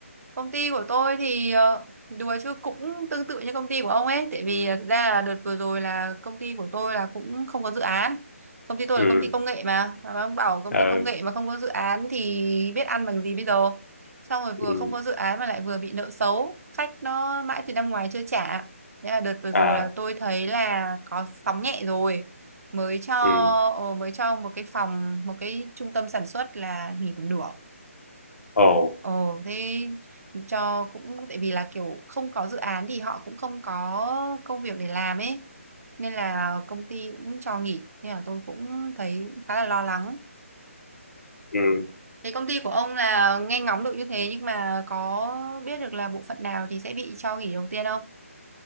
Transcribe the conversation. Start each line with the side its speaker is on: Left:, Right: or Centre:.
Right: Công ty của tôi thì ờ, đùa chứ cũng tương tự như công ty của ông ấy tại vì ờ, thực ra là đợt vừa rồi là công ty của tôi là cũng không có dự án công ty tôi
Left: ừ.
Right: là công ty công nghệ mà mà ông bảo công
Left: Ừ.
Right: ty công nghệ mà không có dự án thì biết ăn bằng gì bây giờ xong rồi vừa
Left: Ừ.
Right: không có dự án mà lại vừa bị nợ xấu khách nó mãi từ năm ngoái chưa trả Thế là đợt vừa rồi
Left: à
Right: là tôi thấy là có sóng nhẹ rồi mới cho
Left: ừ.
Right: ờ, mới cho một cái phòng một cái trung tâm sản xuất là nghỉ một nửa
Left: ồ
Right: Ồ thế cho cũng tại vì là kiểu không có dự án thì họ cũng không có công việc để làm ấy nên là công ty cũng cho nghỉ nên là tôi cũng thấy khá là lo lắng.
Left: ừ.
Right: Thế công ty của ông là nghe ngóng được như thế nhưng mà có biết được là bộ phận nào thì sẽ bị cho nghỉ đầu tiên không?